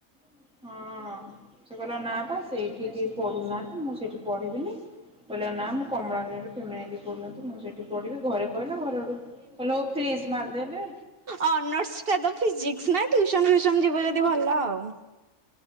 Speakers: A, in the centre; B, on the right.
A: ହଁ। ସେ କହିଲା ନା ବା ସେଇଠି କିଏ ପଢୁନାହାନ୍ତି ମୁଁ ସେଇଠି ପଢିବିନି। ସେ କହିଲା ନା ମୁଁ କମଳାନୀରେ ତମେ ଏଇଠି ପଢ଼ୁଚ ମୁଁ ସେଇଠି ପଢିବି। ଘରେ କହିଲା ଘରଆଡୁ <unintelligible> ଫ୍ରିଜ ମାରିଦେଲେ।
B: ଅନର୍ସଟ ତ ଫିଜିକ୍ସ ନା ଟ୍ୟୁସନ ଫ୍ୟୁସନ ଯିବ ଯଦି ଭଲ ଆଉ।